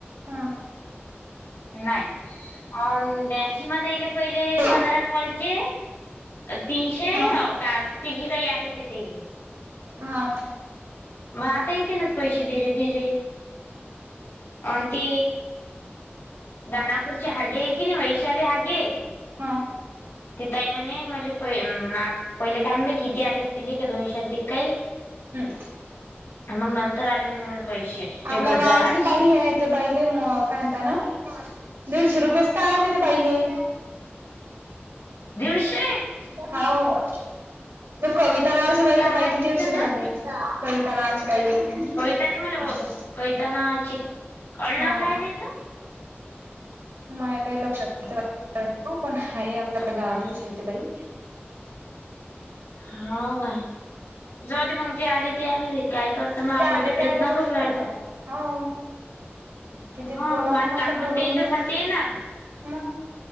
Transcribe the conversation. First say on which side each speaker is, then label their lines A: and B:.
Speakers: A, on the right; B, on the left.
A: हां.
B: नाही, अ <unintelligible> पहिले
A: हा
B: पंधरा कॉलचे तीनशे
A: हा
B: का ती जी काही आली होती ती
A: हा.
B: मग आता येतील ना पैशे धीरे धीरे. अन् ती दानापूरची हागे आहे की नाही, वैशाली हागे
A: हा.
B: ती तई म्हणे मले प पहिले कान ब किती आले हो ते का दोनशे आलते काही
A: हम्म
B: मग नंतर आले म्हणे म पैशे
A: आपल्या
B: एक हजार
A: गावातली
B: आठशे.
A: बाई आहे ते बाईले म काय म्हणता ना, दीडशे रुपयेच त आले ते बाईले.
B: दीडशे?
A: हाव. ते कविता नावाच्या बाई
B: काय
A: त्या बाईला
B: तिचं
A: दीडशेच
B: ना
A: आले. कविता नावाची बाई आहे
B: कविताची मला
A: आपलं
B: कविता नावाची अडनाव
A: हा.
B: काय त्याचं
A: माया काही लक्षात नाही, पण हाय आपल्या
B: हा
A: गावातलीच हाय ती बाई.
B: हाव काय? जाऊ दे मग, जे आले ते आले बाई. काय करता
A: ते
B: मग आपण
A: आले
B: तर प्रयत्न
A: ते आले मग
B: करू
A: आता
B: राहिलो.
A: काय करा हो किती
B: हा
A: बोला
B: म
A: मग
B: टाकणं
A: आता बोलून
B: त्याच्यासाठी
A: बोल
B: आहे ना.
A: मग